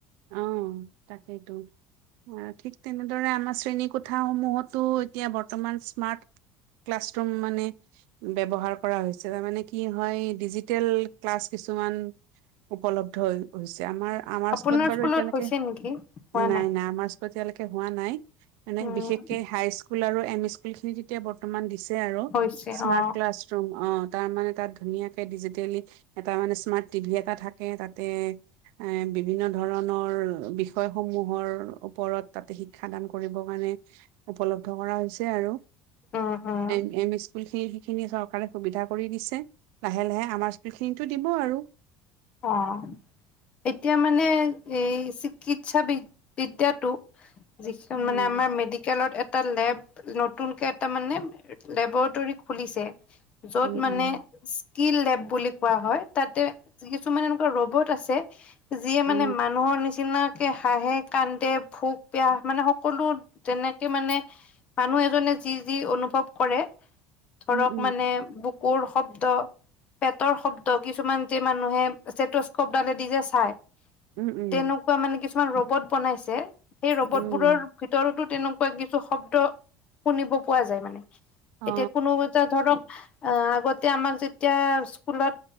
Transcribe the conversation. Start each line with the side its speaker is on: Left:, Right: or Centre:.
Right: অ', তাকেইতো। ঠিক তেনেদৰে আমাৰ শ্ৰেণী কোঠা সমূহতো এতিয়া বৰ্তমান স্মাৰ্ট ক্লাছৰুম মানে ব্যৱহাৰ কৰা হৈছে। তাৰ মানে, কি হয়, ডিজিটেল ক্লাছ কিছুমান উপলব্ধ হৈছে, আমাৰ, আমাৰ
Left: আপোনাৰ
Right: স্কুলত বাৰু এতিয়ালৈকে,
Left: হৈছে নেকি হোৱা
Right: নাই, নাই আমাৰ <unintelligible> ত', এতিয়ালৈকে হোৱা নাই। মানে,
Left: উম
Right: বিশেষকে হাইস্কুল আৰু এম ই স্কুল খিনি এতিয়া বৰ্তমান দিছে আৰু,
Left: হৈছে
Right: স্মাৰ্ট
Left: অ
Right: ক্লাছৰুম, অ', তাৰ মানে তাত ধুনীয়াকে ডিজিটেলি এটা মানে, স্মাৰ্ট টিভি এটা থাকে, তাতেই এ বিভিন্ন ধৰণৰ বিষয়সমূহৰ ওপৰত তাতে শিক্ষা দান কৰিব কাৰণে উপলব্ধ কৰা হৈছে আৰু।
Left: উম উম
Right: এম এম ই স্কুল খিনি সেইখিনি চৰকাৰে সুবিধা কৰি দিছে, লাহে লাহে আমাৰ স্কুল খিনিটো দিব আৰু।
Left: অ'। এতিয়া মানে, এই চিকিৎসা বি বিদ্যাটো যিখন
Right: উম
Left: মানে, আমাৰ মেডিকেলত এটা লেব, নতুনকে এটা মানে, লেবৰেটৰি খুলিছে। য'ত,
Right: উম
Left: মানে,
Right: উম
Left: স্কিল লেব বুলি কোৱা হয়, তাতে কিছুমান এনেকুৱা ৰ'ব'ট আছে। যিয়ে
Right: অ
Left: মানে মানুহৰ নিচিনাকে হাঁহে, কান্দে, ভোক পিয়াহ মানে, সকলো যেনেকে মানে, মানুহ এজনে যি যি অনুভৱ কৰে। ধৰক
Right: উম উম
Left: মানে, বুকুৰ শব্দ, পেটৰ শব্দ কিছুমান যে মানুহে স্তেটোষ্ক'প দালেদি যে চায়,
Right: উম উম
Left: তেন কুৱা মানে, কিছুমান ৰ'বত বনাইছে। সেই ৰ'ব'ট
Right: উম
Left: বোৰৰ ভিতৰতো তেনেকুৱা কুৱা কিছু শব্দ শুনিব পোৱা যায় মানে,
Right: অ অ
Left: এতিয়া কোনো এটা ধৰক অ', আগতে আমাক যেতিয়া স্কুলত,